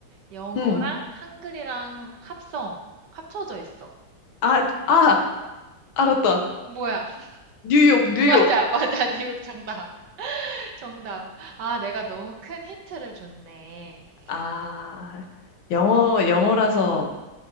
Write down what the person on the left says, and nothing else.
응.
아, 아, 알았다.
뉴욕, 뉴욕.
아, 영어, 영어라서,